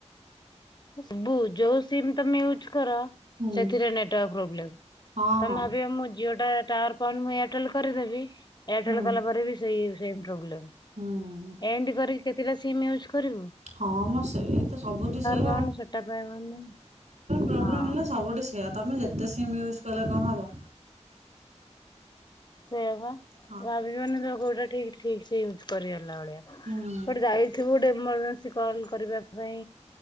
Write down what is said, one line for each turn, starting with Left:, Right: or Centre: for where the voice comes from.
Left: ସବୁ ଯୋଉ ସିମ ତମେ ୟୁଜ କର
Right: ହୁଁ
Left: ସେଥିରେ ନେଟୱାର୍କ ପ୍ରୋବ୍ଲେମ୍
Right: ହଁ
Left: ତମେ
Right: ହଁ
Left: ଭାବିବ ମୁଁ ଜିଓ ଟାୱାର ପାଉନି ମୁଁ ଏୟାରଟେଲ କରିଦେବି ଏୟାରଟେଲ
Right: ହୁଁ।
Left: କଲା ପରେ ବି ସେଇ ହେଉଛି। ସେଇ ପ୍ରୋବ୍ଲେମ୍।
Right: ହୁଁ
Left: ଏମତି କରିକି କେତେଟା ସିମ୍ ୟୁଜ କରିବୁ
Right: ହଁ ମ ସେଇ ଏଇତ ସବୁଠି ସେଇ
Left: କହନି ସେଟା ପାଇବନି
Right: ପ୍ରୋବ୍ଲେମ
Left: ହଁ।
Right: ହେଲେ ସବୁଠି ସେଇଆ ତମେ ଯେତେ ସିମ୍ ୟୁଜ କଲେ କଣ ହବ।
Left: ସେଇଆ ବା
Right: ହଁ
Left: ଭାବିବନି ଯେ କୋଉଠି ଠିକ ଠିକ ସେ ୟୁଜ୍ କରିବା କଲା ଭଳିଆ
Right: ହୁଁ
Left: କୁଆଡ଼େ ଯାଇଥିବୁ ଗୋଟେ ଇମରଜେନ୍ସି କଲ୍ କରିବା ପାଇଁ